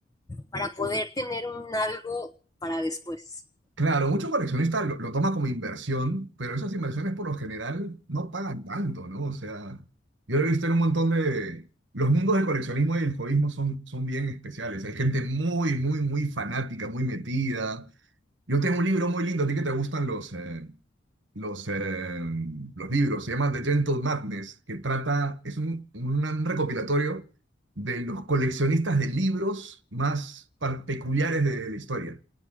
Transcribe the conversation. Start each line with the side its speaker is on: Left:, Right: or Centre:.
Left: para poder tener un algo para después.
Right: Claro, muchos coleccionistas lo, lo toman como inversión, pero esas inversiones por lo general no pagan tanto, ¿no? O sea, yo lo he visto en un montón de... Los mundos del coleccionismo y del hobbyismo son, son bien especiales. Hay gente muy, muy, muy fanática, muy metida. Yo tengo un libro muy lindo, a ti que te gustan los, eh, los, eh, los libros, se llama The Gentle Madness, que trata, es un, un recopilatorio de los coleccionistas de libros más par- peculiares de la historia.